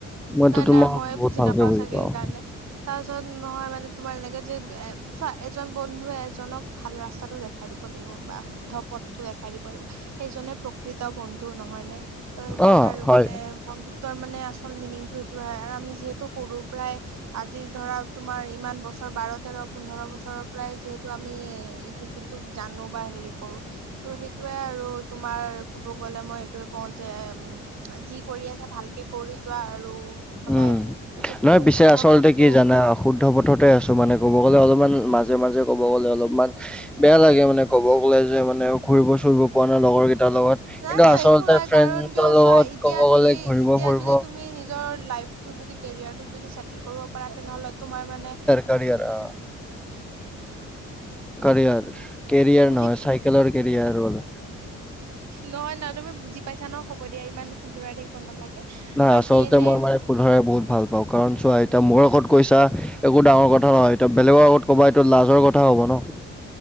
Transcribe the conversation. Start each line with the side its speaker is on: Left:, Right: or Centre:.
Centre: মইতো
Right: নাই
Centre: তোমাক
Right: নাই মই
Centre: বহুত
Right: বুজি
Centre: ভালকে
Right: নাপাও চাগে
Centre: পাওঁ।
Right: সেইকাৰণে। তাৰ পিছত নহয় মানে তোমাৰ এনেকে যে এ চোৱা এজন বন্ধুৱে এজনক ভাল ৰাস্তাটো দেখ। দেখাই দিব লাগিব বা শুদ্ধ পথটো দেখাই দিব লাগিব, সেইজনে প্ৰকৃত বন্ধু নহয় নে? ত সেইটোয়ে
Centre: অ',
Right: আৰু
Centre: হয়।
Right: মানে বন্ধু ত্ব মানে আচল মিনিংটো সেইটো হয় আৰু আমি যিহেতু সৰুৰ পৰাই আ জি ধৰা তোমাৰ ইমান বছৰ বাৰ তেৰ পোন্ধৰ বছৰৰ পৰাই যিহেতু আমি। তোক জানো বা হেৰি কৰো। ত' সেইটোয়ে আৰু তোমাৰ কব গ'লে মই এইটোয়ে কওঁ যে উম। যি কৰি আছো ভালকে কৰি যোৱা আৰু সদায়
Centre: উম।
Right: ইটো
Centre: নহয়
Right: সিটো
Centre: পিছে
Right: শুদ্ধ
Centre: আচলতে
Right: পথ
Centre: কি জানা শুদ্ধ পথতে আছো মানে ক'ব গ'লে অলপমান মাজে মাজে ক'ব গ'লে অলপমান। বেয়া লাগে মানে ক'ব গ'লে যে মানে ঘুৰিব চুৰিব পৰা নাই লগৰ কেইটাৰ লগত।
Right: নাই
Centre: কিন্তু
Right: নাই
Centre: আচলতে
Right: একো নাই
Centre: ফ্ৰেণ্ডছৰ
Right: কাৰণ কিয়
Centre: লগত
Right: চোৱা এতিয়া
Centre: ক'ব
Right: যদি
Centre: গ'লে ঘূৰিব
Right: এতিয়া
Centre: ফুৰিব
Right: যদি তুমি। নিজৰ লাইফটো যদি কেৰিয়াৰটো যদি চেটেল কৰিব পাৰা তেনেহলে তোমাৰ মানে -
Centre: কিয়াৰ অ কাৰিয়াৰ কেৰিয়াৰ
Right: বুজি
Centre: নহয় চাইকেলৰ কেৰিয়াৰ বল।
Right: নহয় নহয়, তুমি বুজি পাইছা ন হ'ব দিয়া ইমান সুধৰাই থাকিব নালাগে।
Centre: নাই
Right: বাকী
Centre: আচলতে
Right: এনে
Centre: মই মানে শুধৰাই বহুত ভাল পাওঁ কাৰণ চোৱা এতিয়া মোৰ আগত কৈছা একো ডাঙৰ কথা নহয় এয়া বেলেগৰ আগত ক'বা এইটো লাজৰ কথা হ'ব ন।